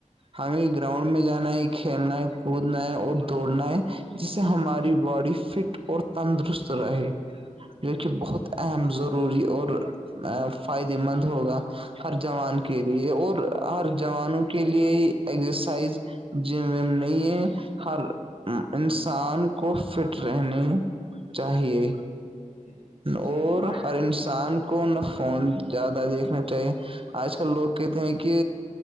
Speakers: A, on the right; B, on the left.
A: ہمیں گراؤنڈ میں جانا ہے کھیلنا ہے کودنا ہے اور دوڑنا ہے جس سے ہماری باڈی فٹ اور تندرست رہے جو کہ بہت اہم ضروری اور ا فائدے مند ہوگا <unintelligible> ہر جوان کے لیے اور ہر جوانوں کے لیے ایزرسائز ج وم نہیں ہے ہر انسان کو فٹ رہنے چاہیے
B: جی جی
A: اور
B: جی جی بھائی جان
A: ہر انسان
B: بالکل آپ نے
A: کو
B: صحیح
A: نہ
B: کہا۔
A: فون زیادہ دیکھنا چاہیے آج کل لوگ کہتے ہیں کہ